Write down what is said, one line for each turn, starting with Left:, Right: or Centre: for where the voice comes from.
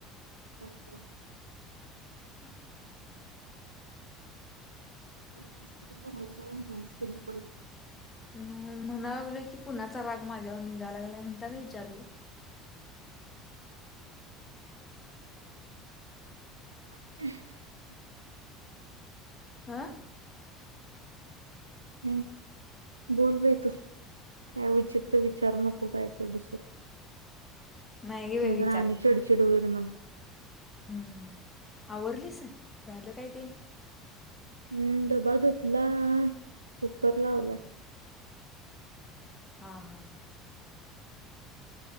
Right: पाचवा
Left: अच्छा
Right: पुस्तक वईसान सस स्ध पडू
Left: अम म्हणा लागलोय की कुणाचा राग माझ्यावर निघालागला नाही म्हणताना विचारलो.
Right: <unintelligible>
Left: ह
Right: ह बोलोलवे तू काय विचारायचे म विचारू नको काय तर दुसरं
Left: नाही बा
Right: नाहीतर
Left: विचारत
Right: आणि चिडचिड होईल मला
Left: हम्म आवरलीस झालं काय ते
Right: हम डबा धुतला कुकर लावला.
Left: हा हा